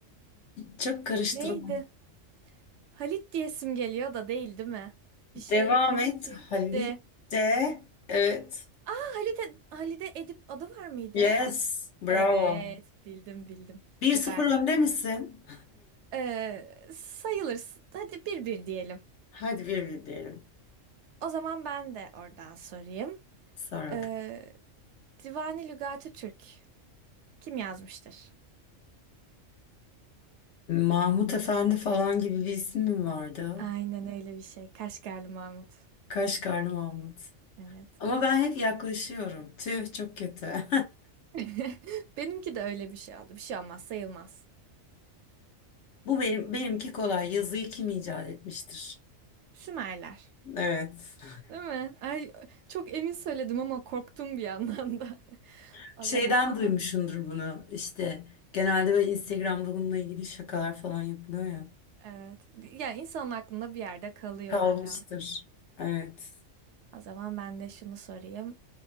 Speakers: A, on the left; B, on the right.
A: Çok karıştırılan.
B: neydi? Halit diyesim geliyor da değil değil mi? Bir şey
A: Devam
B: Halit
A: et. Halit
B: miydi?
A: de Evet.
B: Ha, Halit Halide Edip adı var mıydı?
A: Yes. Bravo.
B: Evet, bildim bildim.
A: Bir
B: Süper.
A: sıfır önde misin?
B: Ee, sayılır. Hadi bir bir diyelim.
A: <laughs> Hadi bir bir diyelim.
B: O zaman ben de oradan sorayım.
A: Sor
B: Ee,
A: bakalım.
B: Divani Lügati Türk kim yazmıştır?
A: Mahmut Efendi falan gibi bir isim mi vardı?
B: Aynen öyle bir şey. Kaşgarlı Mahmut.
A: Kaşgarlı Mahmut.
B: Evet.
A: Ama ben hep yaklaşıyorum. Tüh çok kötü. <laughs>
B: <laughs> Benimki de öyle bir şey oldu. Bir şey olmaz, sayılmaz.
A: Bu benim benimki kolay. Yazıyı kim icat etmiştir?
B: Sümerler.
A: Evet.
B: Değil mi? Ay, çok emin söyledim ama korktum bir yandan da.
A: <laughs>
B: <laughs>
A: Şeyden
B: O zaman
A: duymuşsundur bunu. İşte genelde böyle Instagram'da bununla ilgili şakalar falan yapılıyor ya.
B: evet. Yani insanın aklında bir yerde kalıyor
A: Kalmıştır.
B: illa.
A: Evet.
B: O zaman ben de şunu sorayım.